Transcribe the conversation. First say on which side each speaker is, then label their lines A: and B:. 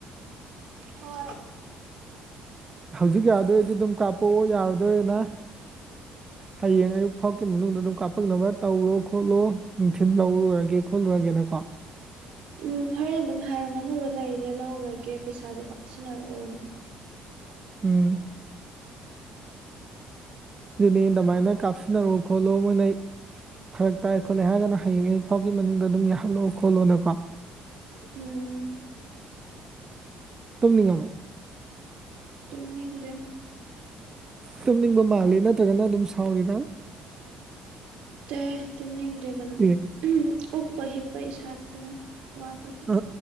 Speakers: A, on the right (about 75°); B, on the right (about 25°).
A: ꯍ
B: ꯍꯧꯖꯤꯛ ꯌꯥꯗꯣꯏꯗꯤ ꯑꯗꯨꯝ ꯀꯥꯞꯄꯛꯑꯣ ꯌꯥꯔꯗꯣꯏꯅ ꯍꯌꯦꯡ ꯑꯌꯨꯛ ꯐꯥꯎꯒꯤ ꯃꯅꯨꯡꯗ ꯑꯗꯨꯝ ꯀꯥꯞ ꯑꯀꯛꯅꯕ ꯇꯧꯔꯣ ꯈꯣꯠꯂꯣ ꯅꯨꯡꯊꯤꯜ ꯂꯧꯔꯨꯔꯒꯦ ꯈꯣꯠꯂꯨꯔꯒꯦꯅꯀꯣ
A: ꯎꯝ ꯍꯣꯔꯦꯟ ꯑꯗꯨꯝ ꯍꯥꯏꯔꯣ ꯉꯥꯅꯨꯗꯣ ꯂꯩꯔꯦ ꯂꯧꯔꯒꯦ ꯄꯩꯁꯥꯗꯣ ꯀꯥꯞꯁꯤꯟꯅꯔꯛꯑꯣꯅ
B: ꯎꯝ ꯑꯗꯨꯅꯤ ꯇꯃꯥꯏꯅ ꯀꯥꯐꯅꯔ ꯈꯣꯠꯂꯣ ꯃꯣꯏꯅ ꯐꯔꯛ ꯇꯥꯏ ꯈꯣꯠꯂꯦ ꯍꯥꯏꯔꯒꯅ ꯍꯌꯦꯡ ꯑꯌꯨꯛ ꯐꯥꯎꯒꯤ ꯃꯅꯨꯡꯗ ꯑꯗꯨꯝ ꯌꯥꯍꯜꯂꯣꯑꯣ ꯈꯣꯠꯂꯣꯅꯀꯣ
A: ꯎꯝ
B: ꯇꯝꯅꯤꯡꯉꯃ
A: ꯇꯝꯅꯤꯡꯗꯦ
B: ꯇꯨꯝꯅꯤꯡꯕ ꯃꯥꯜꯂꯤ ꯅꯠꯇ꯭ꯔꯒꯅ ꯑꯗꯨꯝ ꯁꯥꯎꯔꯤꯔ
A: ꯇ ꯇꯨꯃꯤꯅ ꯗ ꯀꯅꯣ
B: ꯑꯦ
A: ꯎꯝ ꯎꯄ ꯍꯤꯞꯄ ꯏꯁꯥꯗ ꯋꯥꯄꯇ
B: ꯑ